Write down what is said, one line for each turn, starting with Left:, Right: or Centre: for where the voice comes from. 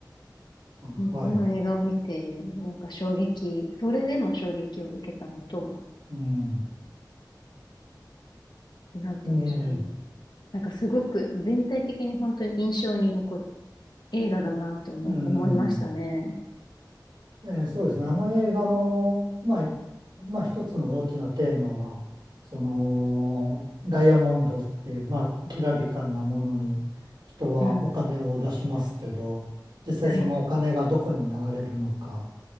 Right: あはい、
Left: うんこの映画を見て、なんか衝撃、それでも衝撃を受けたのと、
Right: うん、
Left: なんて言うんでしょうね。
Right: ええ、
Left: なんかすごく全体的に本当に印象に残る映画だなと思、
Right: うん。
Left: 思いましたね。
Right: えーそうですね。あの映画の、まあ、いまあ、一つの大きなテーマは、その、ダイヤモンドっていう、まあ、きらびかなものに人はお金を出しますけど、
Left: うん。
Right: 実際そのお金がどこに流れるのか、
Left: はい。